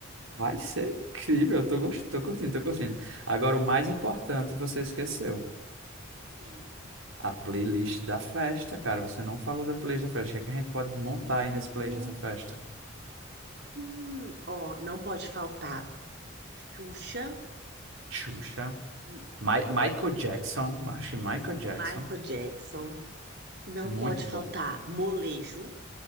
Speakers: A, on the right; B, on the right.
A: Vai ser incrível. Eu tô, gost... tô curtindo, tô curtindo. Agora, o mais importante você esqueceu.
B: Sim.
A: A playlist da festa, cara. Você não falou da playlist da festa. O que é que a gente pode montar
B: Muito.
A: aí nesse playlist dessa festa?
B: Hum, Ó, não pode faltar Xuxa,
A: Xuxa.
B: M-
A: Mi- Michael Jackson. Acho que Michael Jackson.
B: Michael Jackson, não
A: Muito
B: pode
A: bom.
B: faltar molejo.